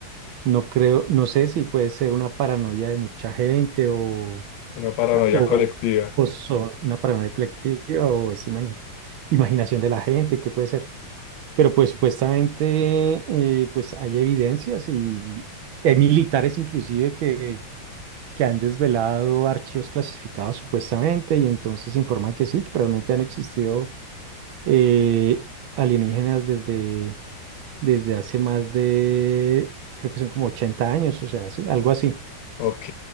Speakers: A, on the right; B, on the left.
A: no creo, no sé si puede ser una paranoia de mucha gente o,
B: una paranoia
A: a- o,
B: colectiva.
A: o so- una paranoia colectiva o es imani- imaginación de la gente, qué puede ser. Pero pues supuestamente eh, pues hay evidencias y hay militares inclusive que, que han desvelado archivos clasificados supuestamente y entonces informan que sí, que realmente han existido eh, alienígenas desde, desde hace más de, creo que son como 80 años, o sea, sí, algo así.
B: Ok,